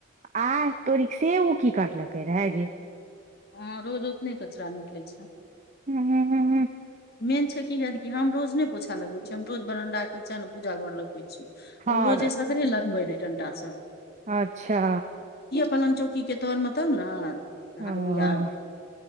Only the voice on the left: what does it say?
हाँ रोज अपने कचरा निकले छै
मेन छै की हती हम रोज ने पोछा लगबै छी हम रोज बरामदा किचन पूजा घर लगबै छियै
ओ रोजे सगरे लगबै रहै डंटासँ।
पलंग चौकी के तौर मे तऽ ना।
याद